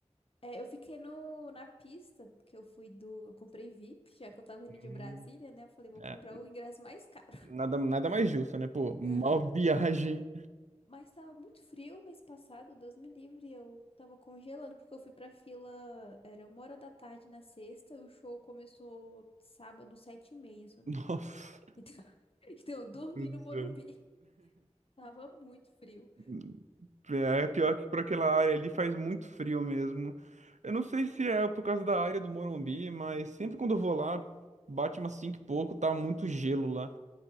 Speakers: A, on the left (about 50°); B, on the right (about 80°).
A: É, eu fiquei no, na pista, porque eu fui do. Eu comprei VIP, já que eu tava indo
B: Hum.
A: de Brasília, né? Eu falei, vou
B: É,
A: comprar o ingresso mais caro.
B: Nada, nada mais justo, né? Pô, mal
A: <laughs>
B: viagem.
A: Mas tava muito frio mês passado, Deus me livre, eu tava congelando porque eu fui pra fila, era uma hora da tarde na sexta, e o show começou sábado, sete e meia, se eu
B: <laughs>
A: não
B: Nossa.
A: me engano. Então, <laughs> então eu dormi
B: Meu Deus
A: no Morumbi.
B: do
A: Tava muito frio.
B: céu. É é pior que para aquela área ali faz muito frio mesmo. Eu não sei se é por causa da área do Morumbi, mas sempre quando eu vou lá, bate umas 5 e pouco, tá muito gelo lá.